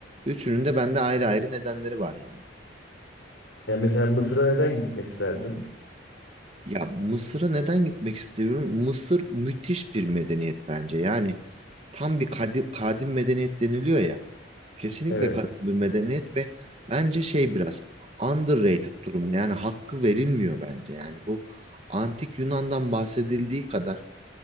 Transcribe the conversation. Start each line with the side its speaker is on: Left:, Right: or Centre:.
Right: üçünün de bende ayrı ayrı nedenleri var yani.
Left: Ya mesela Mısır'a neden gitmek isterdin?
Right: Ya Mısır'a neden gitmek istiyorum? Mısır müthiş bir medeniyet bence. Yani tam bir kadim, kadim medeniyet deniliyor ya. Kesinlikle
Left: Evet.
Right: kadim bir medeniyet ve bence şey biraz underrated durumda. Yani hakkı verilmiyor bence. Yani bu antik Yunan'dan bahsedildiği kadar